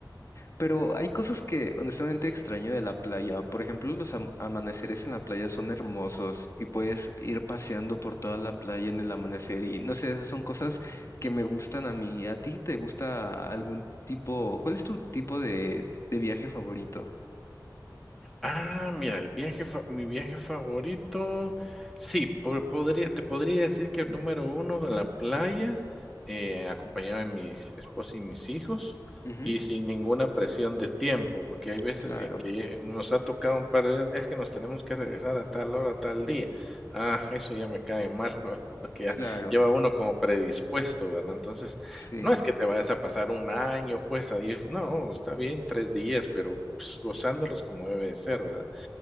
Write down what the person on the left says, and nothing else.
pero hay cosas que honestamente extraño de la playa. Por ejemplo, los am- amaneceres en la playa son hermosos y puedes ir paseando por toda la playa en el amanecer y no sé, esas son cosas que me gustan a mí. ¿A ti te gusta algún tipo? ¿Cuál es tu tipo de, de viaje favorito?
Ujú,
Claro,
claro,
sí,